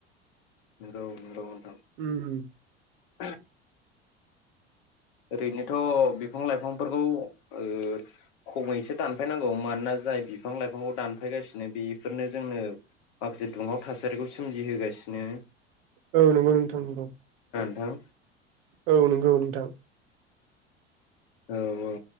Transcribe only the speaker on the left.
नंगौ नंगौ।
<inaudible> ओरैनोथ' बिफां लाइफांफोरखौ ओ खमैसो दानफायनांगौ मानोना जाय बिफां लाइफांखौ दानफायगासिनो बेफोरनो जोंनो माखासे दुंहाव थासारिखौ सोमजिहोगासिनो।
ओं
औ औ